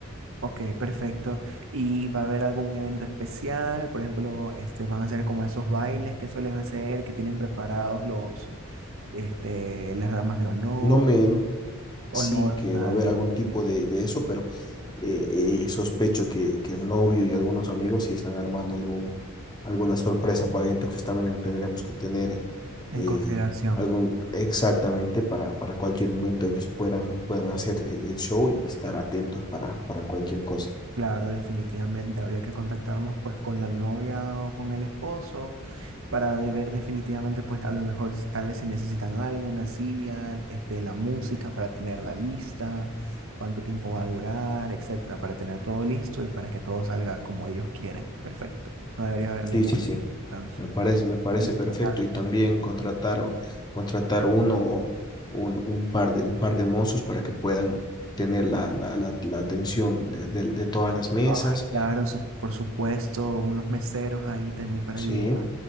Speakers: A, on the right; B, on the left.
A: Ok, perfecto. ¿Y va a haber algún evento especial? Por ejemplo, este, van a hacer como esos bailes que suelen hacer, que tienen preparados los, este, las damas de honor,
B: No me,
A: o
B: sí,
A: no,
B: que
A: nada
B: va a haber
A: de-
B: algún tipo de, de eso, pero eh, eh, sospecho que, que el novio y algunos amigos sí están armando algún, alguna sorpresa por ahí, entonces también tendremos que tener eh,
A: en
B: eh,
A: consideración.
B: algún exactamente para, para cualquier momento ellos puedan, puedan hacer eh, el show y estar atentos para, para cualquier cosa.
A: Claro, definitivamente habría que contactarnos pues con la novia o con el esposo para de ver definitivamente pues a lo mejor s- tal vez se necesitan algo, una silla, este, la música para tener la lista, cuánto tiempo va a durar, etcétera, para tener todo listo y para que todo salga como ellos quieren. Perfecto. No debería haber
B: Sí,
A: ningún
B: sí, sí.
A: trance.
B: Me parece, me parece
A: Ay,
B: perfecto.
A: claro,
B: Y también contratar, contratar uno o un, un par de, un par de mozos para que puedan tener la, la, la, la atención de, de, de todas las mesas.
A: Ay, claro, su- por supuesto, unos meseros ahí también para
B: Sí,
A: ayudar.